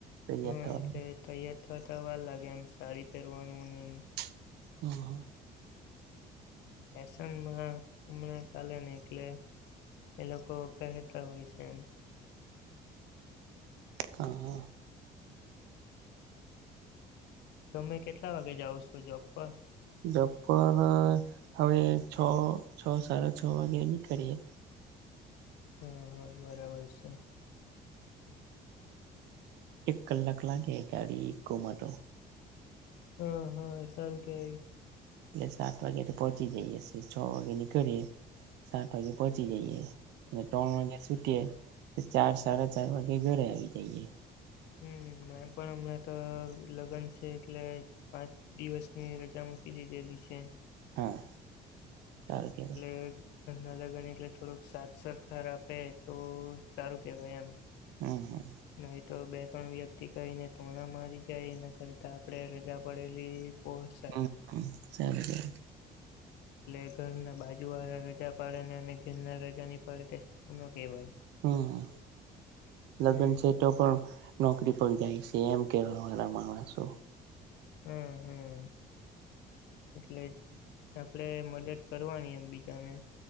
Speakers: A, on the right (about 85°); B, on the left (about 85°).
A: તૈયાર
B: હા
A: થવા
B: એટલે તૈયાર થતાતા વાર લાગે એમ સાડી પહેરવાનું ને એમ
A: હમ હા
B: ફનમાં હમણાં ચાલે ને એટલે એ લોકો પેટ હોય છે એમ
A: હા
B: હમ તમે કેટલા વાગે જાઓ છો જોબ પર
A: બપ્પર હવે છ છ સાડા છ વાગે નીકળીએ
B: હા હા બરાબર છે બરાબર છે
A: એક કલાક લાગે ગાડી ઈકો માં તો
B: હા હા સારું કેવાય
A: એટલે સાત વાગે પહોંચી જઈએે છ વાગે નીકળીે સાત વાગે પહોંચી જઈએ અને ત્રણ વાગે છૂટી તો ચાર સાડા ચાર વાગે ઘરે આવી જઈએ
B: હમ મેમ પણ હમણાં તો લગ્ન છે એટલે પાંચ દિવસની રજા મૂકી દીધેલી છે
A: હા સારું કેવાય
B: એટલે ઘરના લગન એટલે થોડુંક સાદ સરરખાર આપે તો સારું કેવાય એમ
A: હમ હમ
B: નહી તો બે ત્રણ વ્યક્તિ કહીને તોણા મારી જાય એના કરતા આપડણે રજા પડેલી પોસાય
A: હમ હમ સારું કેવાય
B: હ એટલે ઘરના બાજુ વાળા રજા પાડે ને અને ઘેરના રજાની સારું ન કેહેવાય
A: હમ લગ્ન
B: હમ
A: છે તો પણ નોકરી પર જાય છે એમ કેવા માણ છો
B: હમ હમ એટલે આપડે મદદ કરવાની એમ બીજાને